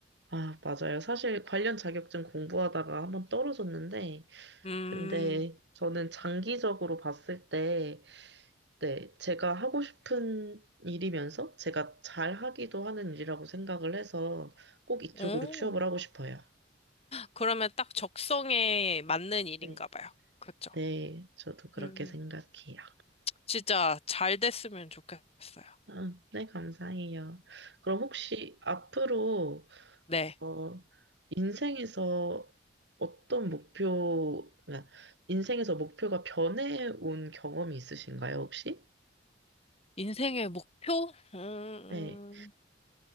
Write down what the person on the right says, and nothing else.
아, 맞아요. 사실 관련 자격증 공부하다가 한번 떨어졌는데,
근데 저는 장기적으로 봤을 때, 네, 제가 하고 싶은 일이면서 제가 잘 하기도 하는 일이라고 생각을 해서 꼭 이쪽으로
취업을 하고 싶어요.
네.
네, 저도 그렇게
생각해요.
아, 네, 감사해요. 그럼 혹시 앞으로
어, 인생에서 어떤 목표, 그러니까 인생에서 목표가 변해온 경험이 있으신가요, 혹시?
네.